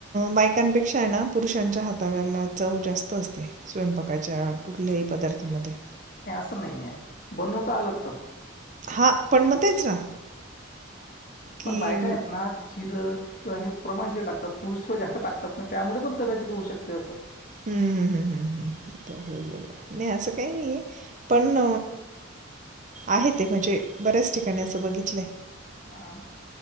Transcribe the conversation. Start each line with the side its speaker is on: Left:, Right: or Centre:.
Right: बायकांपेक्षा हाय ना पुरुषांच्या हाताला चव जास्त असते स्वयंपाकाच्या कुठल्याही पदार्थामध्ये
Left: अस नाहीये बनवता आलं तर
Right: हा पण म तेच ना. की
Left: पण बायका आहेत ना चिरं किंवा हे प्रमाण जे टाकतात, पुरुष थोड जास्त टाकतात, ना त्यामुळे पण कदाचित होऊ शकते असं.
Right: हम्म हम्म हम्म बर बर नाही असं काही नाहीय. पण, आहे ते म्हणजे बऱ्याच ठिकाणी असं बघितलंय.
Left: हा,